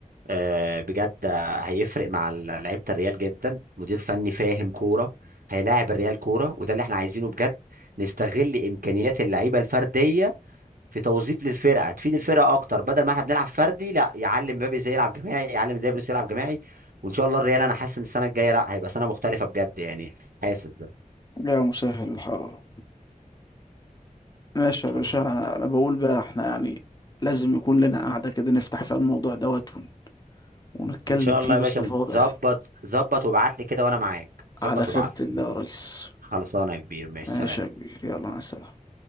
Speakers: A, on the right (about 80°); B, on the left (about 25°).
A: آه، بجد آه، هيفرق مع ال- لعيبه الريال جدا مدير فني فاهم كوره هيلاعب الريال كوره وده اللي احنا عايزينه بجد نستغل امكانيات اللعيبه الفرديه في توظيف للفرقه تفيد الفرقه اكتر بدل ما احنا بنلعب فردي لا يعلم مبابي ازاي يلعب جماعي يعلم ازاي فينيسيوس يلعب جماعي وان شاء الله الريال انا حاسس ان السنه الجايه لا هيبقى سنه مختلفه بجد يعني حاسس ده ان
B: لا مسهل الحرارة ماشي
A: شاء
B: يا باشا
A: الله
B: أنا أنا بقول بقى احنا يعني لازم يكون لنا قعدة كده نفتح فيها الموضوع دوت ون- ونتكلم
A: ان شاء
B: فيه
A: الله يا
B: باستفاضة
A: باشا ظبط
B: يعني
A: ظبط وابعت لي كده وانا معاك ظبط
B: على خيرة
A: وابعت لي
B: الله يا ريس
A: خلصانه يا كبير ماشي
B: ماشي
A: سلام
B: يا كبير يلا مع السلامة